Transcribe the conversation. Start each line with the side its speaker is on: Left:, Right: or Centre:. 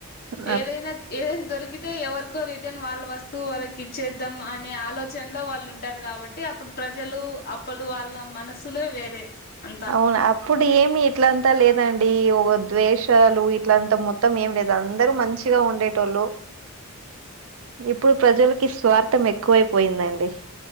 Right: అ
Left: ఏదైనా ఏదైనా దొరికితే ఎవరికో రిటర్న్ వాళ్ళ వస్తువు వాళ్ళకి ఇచ్చేద్దాం అనే ఆలోచనలో వాళ్ళు ఉంటారు కాబట్టి అప్పుడు ప్రజలు అప్పుడు వాళ్ళ మనసులు వేరే అంతా
Right: అవును అప్పుడు ఏమి ఇట్లంతా లేదండి ఒవ ద్వేషాలు ఇట్లంత మొత్తం ఏం లేదు అందరు మంచిగా ఉండేటోళ్ళు ఇప్పుడు ప్రజలకి స్వార్థం ఎక్కువైపోయిందండి